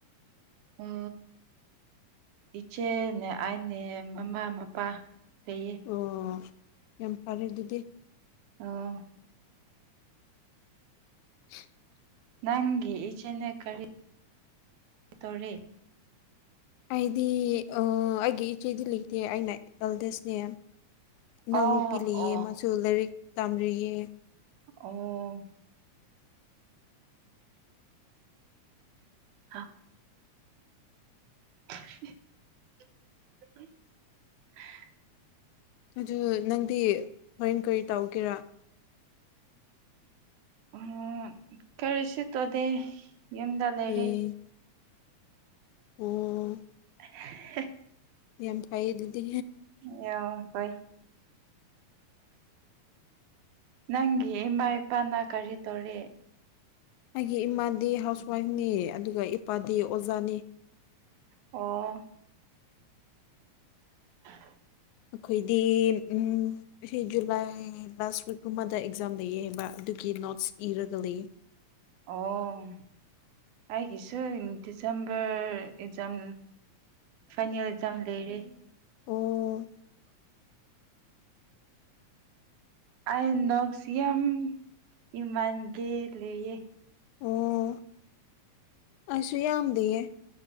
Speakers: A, on the right; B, on the left.
A: ꯎ ꯏꯆꯦꯅꯦ ꯑꯥꯏꯅꯦ ꯃꯃꯥ ꯃꯄꯥ ꯂꯩꯌꯦ
B: ꯑꯣ ꯌꯥꯝ ꯐꯔꯦ ꯑꯗꯨꯗꯤ
A: ꯑꯣ
B: <unintelligible>
A: ꯅꯪꯒꯤ ꯏꯆꯦꯅꯦ ꯀꯔꯤ ꯇꯧꯔꯦ
B: ꯑꯩꯗꯤ ꯑ ꯑꯩꯒꯤ ꯏꯆꯦꯗꯤ ꯂꯩꯇꯦ ꯑꯩꯅ ꯑꯦꯜꯗꯦꯁꯅꯦ ꯏꯅꯥꯎꯅꯨꯄꯤ
A: ꯑꯣ
B: ꯂꯩꯌꯦ
A: ꯑꯣ
B: ꯃꯥꯁꯨ ꯂꯥꯏꯔꯤꯛ ꯇꯝꯔꯤꯌꯦ
A: ꯑꯣ ꯑꯥ <unintelligible>
B: ꯑꯗꯨ ꯅꯪꯗꯤ ꯍꯣꯔꯦꯟ ꯀꯔꯤ ꯇꯧꯒꯦꯔꯥ
A: ꯎꯝ ꯀꯔꯤꯁꯨ ꯇꯧꯗꯦ ꯌꯨꯝꯗ ꯂꯩꯔꯤ
B: ꯑꯦ ꯑꯣ
A: <unintelligible>
B: ꯌꯥꯝ ꯐꯩꯌꯦ ꯑꯗꯨꯗꯤ
A: ꯌꯣ ꯍꯣꯏ ꯅꯪꯒꯤ ꯏꯃꯥ ꯏꯄꯥꯅ ꯀꯔꯤ ꯇꯧꯔꯤ
B: ꯑꯩꯒꯤ ꯏꯃꯥꯗꯤ ꯍꯥꯎꯁ ꯋꯥꯏꯐꯅꯤ ꯑꯗꯨꯒ ꯏꯄꯥꯗꯤ ꯑꯣꯖꯥꯅꯤ
A: ꯑꯣ <unintelligible>
B: ꯑꯩꯈꯣꯏꯗꯤ ꯎꯝ ꯁꯤ ꯖꯨꯂꯥꯏ ꯑꯩ ꯂꯥꯁ ꯋꯤꯛꯀꯨꯝꯕꯗ ꯑꯦꯛꯖꯥꯝ ꯂꯩꯌꯦ ꯍꯥꯏꯕ ꯑꯗꯨꯒꯤ ꯅꯣꯠꯁ ꯏꯔꯒ ꯂꯩꯌꯦ
A: ꯑꯣ ꯑꯩꯒꯤꯁꯨ ꯗꯤꯁꯦꯝꯕꯔ ꯑꯦꯛꯖꯥꯝ ꯐꯥꯏꯅꯦꯜ ꯑꯦꯛꯖꯥꯝ ꯂꯩꯔꯦ
B: ꯑꯣ
A: <unintelligible> ꯑꯩ ꯅꯣꯛꯁ ꯌꯥꯝ ꯏꯃꯟꯒꯦ ꯂꯩꯌꯦ
B: ꯑꯣ ꯑꯩꯁꯨ ꯌꯥꯝ ꯂꯩꯌꯦ